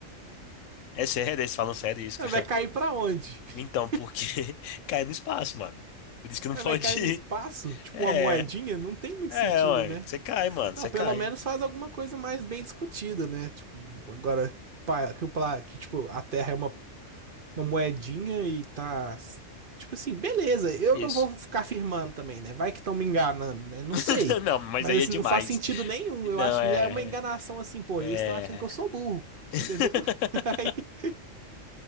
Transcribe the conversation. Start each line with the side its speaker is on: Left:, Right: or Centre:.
Left: É sério, eles falam sério isso, <laughs> cara.
Right: Vai cair pra onde?
Left: Então,
Right: <laughs>
Left: porque <laughs> cai no espaço, mano. Por isso que não
Right: Vai
Left: pode
Right: cair
Left: ir.
Right: no espaço? Tipo
Left: É,
Right: uma moedinha? Não tem muito
Left: é,
Right: sentido,
Left: ué.
Right: né?
Left: Você cai, mano,
Right: Não,
Left: você
Right: pelo
Left: cai.
Right: menos faz alguma coisa mais bem discutida, né? Tipo, agora pa- que, o, pla- que tipo, a Terra é uma, uma moedinha e tá. s- Tipo assim, beleza, eu
Left: Isso.
Right: não vou ficar afirmando também, né? Vai que estão me enganando, né? Não
Left: <laughs>
Right: sei.
Left: Não, mas
Right: Mas
Left: aí
Right: assim,
Left: é demais.
Right: não faz sentido nenhum.
Left: Não,
Right: Eu acho que
Left: é.
Right: já é uma enganação assim, pô,
Left: É.
Right: eles estão achando que eu sou burro,
Left: <laughs>
Right: entendeu? <laughs> Aí,